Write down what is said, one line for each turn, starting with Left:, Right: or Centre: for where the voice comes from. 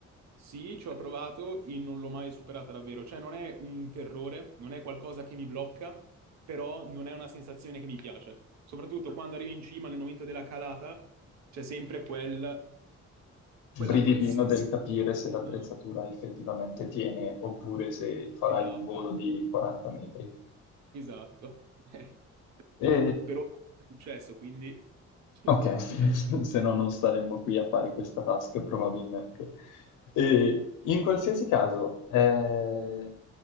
Right: Sì, ci ho provato e non l'ho mai superata davvero, cioè non è un terrore, non è qualcosa che mi blocca, però non è una sensazione che mi piace. Soprattutto quando arrivi in cima nel momento della calata, c'è sempre quel... quella
Left: Brividino
Right: tensione.
Left: del capire se
Right: Un-
Left: l'attrezzatura effettivamente tiene oppure se farai
Right: Esatto,
Left: un volo di 40 metri.
Right: esatto. <laughs> Eh,
Left: E
Right: Però è successo, quindi... <laughs>
Left: Ok,
Right: è
Left: <laughs>
Right: andato
Left: se no non staremmo qui a fare questa task probabilmente. E in qualsiasi caso, eh,